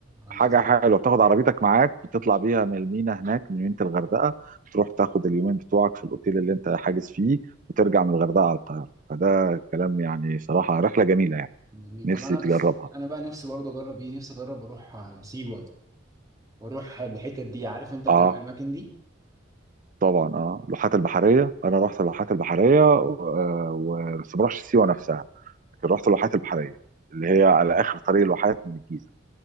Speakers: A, on the right; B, on the right.
A: آه،
B: حاجه
A: لذيذ
B: حلوه بتاخد عربيتك معاك بتطلع بيها من المينا هناك من ميناء الغردقه تروح تاخد اليومين بتوعك في الاوتيل اللي انت حاجز فيه وترجع من الغردقه على القاهره فده كلام يعني صراحه رحله جميله يعني
A: جميل.
B: نفسي
A: طب انا
B: تجربها
A: انا بقى نفسي برضو اجرب ايه نفسي اجرب اروح آه، سيوه واروح الحتت دي عارف انت الكم-
B: اه
A: الاماكن دي
B: طبعا اه اللوحات البحريه انا رحت اللوحات البحريه آه، و- بس ما رحتش سيوه نفسها لكن رحت اللوحات البحريه اللي هي على اخر طريق الواحات من الجيزه